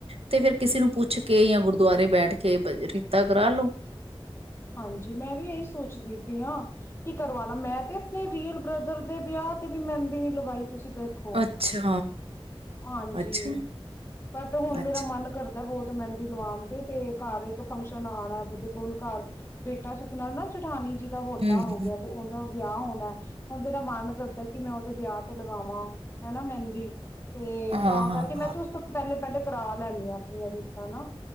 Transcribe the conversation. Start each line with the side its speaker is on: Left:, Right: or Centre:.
Right: ਤੇ ਫਿਰ ਕਿਸੇ ਨੂੰ ਪੁੱਛ ਕੇ ਜਾਂ ਗੁਰਦੁਆਰੇ ਬੈਠ ਕੇ ਭਜਨ ਕੀਤਾ ਕਰਾ ਲੋ
Left: ਹਾਂਜੀ ਮੈਂ ਵੀ ਇਹੀ ਸੋਚਦੀ ਪਈ ਹਾਂ ਕੀ ਕਰਵਾ ਲਾ ਮੈਂ ਤੇ ਨੀ ਰੀਅਲ ਬ੍ਰਦਰ ਦੇ ਵਿਆਹ ਤੇ ਵੀ ਮਹਿੰਦੀ ਨੀ ਲਵਾਈ ਤੁਸੀਂ ਦੇਖੋ
Right: ਅੱਛਾ
Left: ਹਾਂਜੀ
Right: ਅੱਛਾ
Left: ਬਟ ਹੁਣ ਮੇਰਾ
Right: ਅੱਛਾ
Left: ਮਨ ਕਰ ਬਹੁਤ ਮਹਿੰਦੀ ਲਵਾਉਣ ਤੇ ਤੇ ਘਰ ਇੱਕ ਫੰਕਸ਼ਨ ਆਣਾ ਵੀ ਦੇਖੋ ਹੁਣ ਘਰ ਬੇਟਾ ਸੁਖਨਾ ਨਾ ਜਠਾਨੀ ਜੀ ਦਾ ਵੱਡਾ
Right: ਹੂੰ
Left: ਹੋ ਗਿਆ ਤੇ ਉਹਦਾ ਵਿਆਹ ਹੋਣੈ ਹੁਣ ਮੇਰਾ ਮਨ ਕਰਦਾ ਕਿ ਮੈਂ ਉਹਦੇ ਵਿਆਹ ਤੇ ਲਗਾਵਾਂ ਹੈਨਾ ਮਹਿੰਦੀ ਤੇ
Right: ਹਾਂ
Left: ਤਾਂ ਕਰਕੇ
Right: ਹਾਂ ਹਾਂ
Left: ਮੈਂ ਤੇ ਉਸ ਤੋਂ ਪਹਿਲੇ ਪਹਿਲੇ ਕਰਾ ਲੈਦੀ ਹਾਂ ਆਪਣੀਆਂ ਰੀਤਾਂ ਨਾ